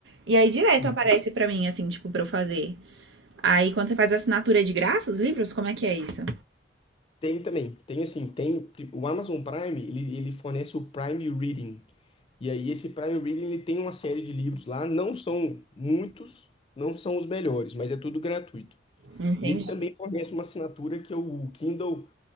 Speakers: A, on the right; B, on the left.
A: e aí direto
B: Hum.
A: aparece pra mim, assim, tipo, pra eu fazer. Aí quando você faz a assinatura é de graça os livros? Como é que é isso?
B: Tem também, tem assim, tem o Amazon Prime, ele, ele fornece o Prime Reading. E aí esse Prime Reading, ele tem uma série de livros lá, não são muitos, não são os melhores, mas é tudo gratuito.
A: Entendi.
B: E eles também fornecem uma assinatura que é o Kindle